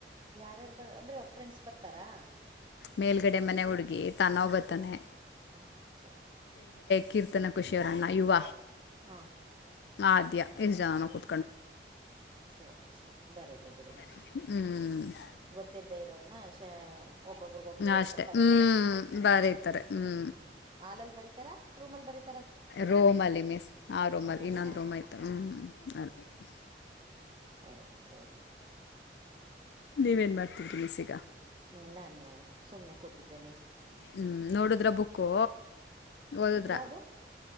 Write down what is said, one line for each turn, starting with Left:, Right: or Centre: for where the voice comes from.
Right: ಯಾರಾರ್ ಬರ್ ಅಂದ್ರೆ ಫ್ರೆಂಡ್ಸ್ ಬರ್ತಾರಾ.
Left: ಮೇಲ್ಗಡೆ ಮನೆ ಹುಡುಗಿ ತನವ ಬರ್ತಾನೆ.
Right: ಹ್ಹ್ ಸರಿ.
Left: ಕೀರ್ತನ ಖುಷಿಯವರಣ್ಣಾ ಯುವ
Right: ಹ
Left: ಆದ್ಯ ಇಷ್ಟ <unintelligible>
Right: ಸರಿ ಸರಿ ಬರಿಲಿ ಬಿಡಿ ಮಾಮ್
Left: ಹ್ಮ್
Right: ಗೊತ್ತಿಲ್ಲದ ಇರೋದ್ನ ವಿಷ್ಯ ಒಬ್ಬೊಬ್ರಗೊಬ್ರು ಹೇಳ್ಕೊಂಡ್
Left: ಅಷ್ಟೇ
Right: ಬರಿತಾರೆ
Left: ಹ್ಞೂ ಬರೀತಾರೆ ಹ್ಞೂ
Right: ಹ್ಮ್ ಹಾಲಲ್ಲಿ ಬರಿತ ತರ ರೂಮ ಅಲ್ಲಿ ಬರಿತ್
Left: ರೂಮಲ್ಲಿ ಮಿಸ್ ಆ ರೂಮಲ್ಲಿ
Right: ರೂಮಲ್ಲ
Left: ಇನ್ನೊಂದು ರೂಮಲ್ಲಿ ಆಯ್ತ ಹ್ ಹ ಅ
Right: ಸರಿ ಸರಿ
Left: ನೀವೇನ್ ಮಾಡ್ತಿದ್ರಿ ಮಿಸ್ ಈಗ.
Right: ಹ್ಮ್ ನಾನು ಸುಮ್ನೆ ಕೂತಿದ್ದೆ ಮಿಸ್.
Left: ಹ್ಮ್ ನೋಡುದ್ರ ಬುಕ್ಕು ಓದೀದ್ರ.
Right: ಯಾವ್ದು